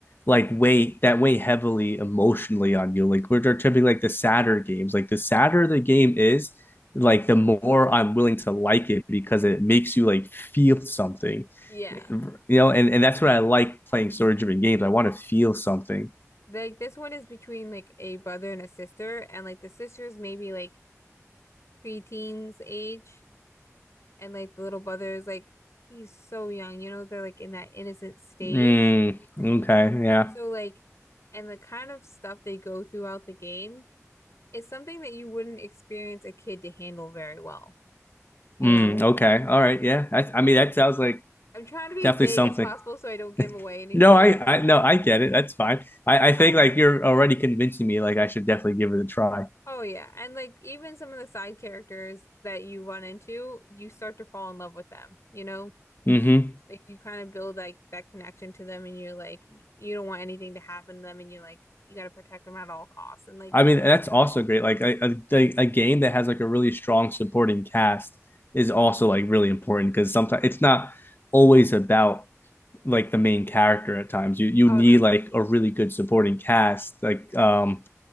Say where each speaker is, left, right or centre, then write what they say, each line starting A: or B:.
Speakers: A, on the left; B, on the left.
A: like weigh that weigh heavily emotionally on you. Like which are typically like the sadder games. Like the sadder the game is, like the more I'm willing to like it because it makes you like feel something.
B: Yeah.
A: You know, and, and that's what I like playing story driven games. I want to feel something.
B: Like this one is between like a brother and a sister, and like the sister's maybe like preteens age, and like the little brother is like he's so young, you know, they're like in that innocent stage.
A: Mm, okay, yeah.
B: So like, and the kind of stuff they go throughout the game is something that you wouldn't experience a kid to handle very well, you
A: Mm,
B: know?
A: okay. All right. Yeah. I, I mean, that sounds like
B: I'm trying to be
A: definitely
B: vague
A: something.
B: as possible so I don't give
A: <laughs>
B: away anything.
A: No, I, I, no, I get
B: <laughs>
A: it. That's fine. I, I think
B: Um,
A: like you're already convincing me. Like I should definitely give it a try.
B: Oh yeah, and like even some of the side characters that you run into, you start to fall in love with them, you know?
A: hmm
B: Like you kind of build like that connection to them and you're like y- you don't want anything to happen to them and you're like you got to protect them at all costs and like
A: I mean, that's also great. Like a, a like, a game that has like a really strong supporting cast is also like really important because sometimes it's not always about like the main character. At times, you you
B: oh
A: need
B: no.
A: like a really good supporting cast. Like um,